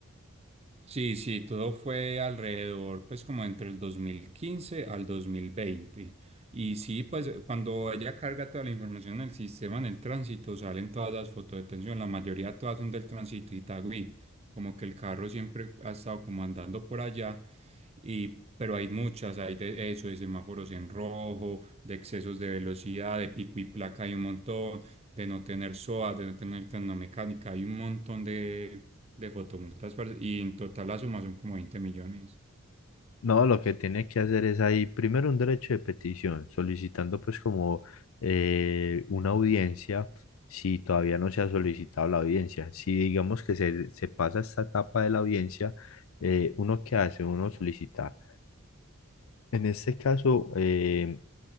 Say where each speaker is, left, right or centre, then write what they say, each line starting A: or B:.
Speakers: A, on the right; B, on the left.
A: Sí, sí, todo fue alrededor, pues como entre el 2015 al 2020. Y sí, pues eh, cuando ella carga toda la información en el sistema, en el tránsito, salen todas las fotos de tensión, la mayoría todas son del tránsito Itagüí, como que el carro siempre ha estado como andando por allá, y, pero hay muchas, hay de eso, de semáforos en rojo, de excesos de velocidad, de pico y placa hay un montón, de no tener SOA, de no tener mecánica, hay un montón de de fotomultas parce, y en total la suma son como 20 millones.
B: No, lo que tiene que hacer es ahí primero un derecho de petición, solicitando pues como eh, una audiencia si todavía no se ha solicitado la audiencia. Si digamos que se, se pasa esta etapa de la audiencia, eh, uno qué hace, uno solicita. En este caso, eh,